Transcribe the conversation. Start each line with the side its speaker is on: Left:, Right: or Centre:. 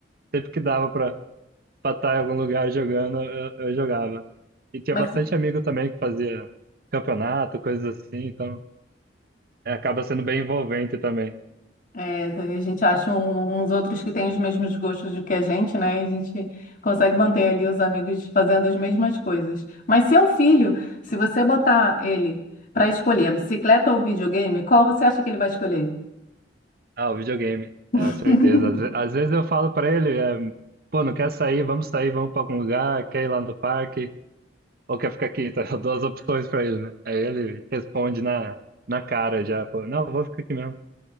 Right: sempre que dava pra pra estar em algum lugar jogando, eu, eu jogava. E tinha
Left: Mas
Right: bastante amigo também que fazia campeonato, coisas assim, então é, acaba sendo bem envolvente também.
Left: É, a gente acha um- uns outros que têm os mesmos gostos do que a gente, né? E a gente consegue manter ali os amigos fazendo as mesmas coisas. Mas seu filho, se você botar ele para escolher a bicicleta ou o videogame, qual você acha que ele vai escolher?
Right: Ah, o videogame,
Left: <laughs>
Right: é, certeza. Às, ve- às vezes eu falo pra ele, é, pô, não quer sair, vamos sair, vamos pra algum lugar, quer ir lá no parque, ou quer ficar aqui, <laughs> tá? Eu dou as opções pra ele, né? Aí ele responde na, na cara já, pô, não, vou ficar aqui mesmo,